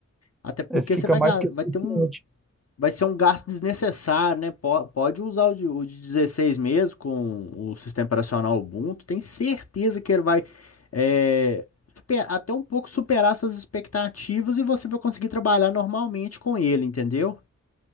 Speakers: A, on the left; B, in the centre.
A: Até porque
B: é, fica
A: você vai,
B: mais
A: ga-
B: do que
A: vai
B: suficiente.
A: ter um, vai ser um gasto desnecessário, né? Po- Pode usar o de, o de 16 mesmo com o sistema operacional Ubuntu. Tem certeza que ele vai é, super- até um pouco superar suas expectativas e você vai conseguir trabalhar normalmente com ele, entendeu?